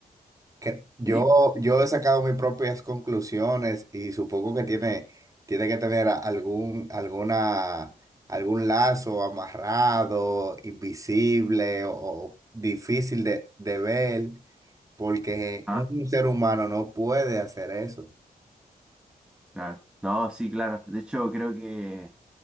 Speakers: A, on the right (about 20°); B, in the centre.
A: que yo,
B: Sí.
A: yo he sacado mis propias conclusiones y supongo que tiene, tiene que tener a- algún, alguna, algún lazo amarrado, invisible o, o difícil de, de ver, porque
B: Ah,
A: un ser humano no puede hacer eso.
B: claro. No, sí, claro. De hecho, creo que